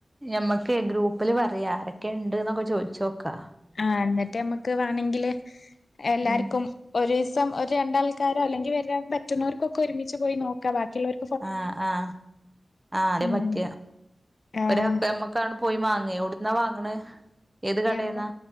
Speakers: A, on the right; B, on the left.
A: ഞമ്മക്ക് ഗ്രൂപ്പില് പറയാ ആരൊക്കെണ്ട് ന്നൊക്കെ ചോയ്ച്ചോക്കാ
B: ആ ന്നിട്ട് നമ്മക്ക് വേണെങ്കില് എല്ലാർക്കും
A: ഉം
B: ഒരു ദിവസം ഒരു രണ്ടാൾക്കാരോ അല്ലെങ്കിൽ വരാൻ പറ്റുന്നവർക്കൊക്കെ ഒരുമിച്ച് പോയി നോക്കാ ബാക്കിയുള്ളോര്
A: ആ ആ ആ അത്
B: ഉം
A: പറ്റ
B: ആഹ്
A: ഒരാക്ക് ഞ്ഞമ്മക്ക് ക്കാണ് പോയി മാങ്ങെ എവ്ട്ന്നാ വാങ്ങണ് ഏത് കടേന്നാ
B: ഞമ്മ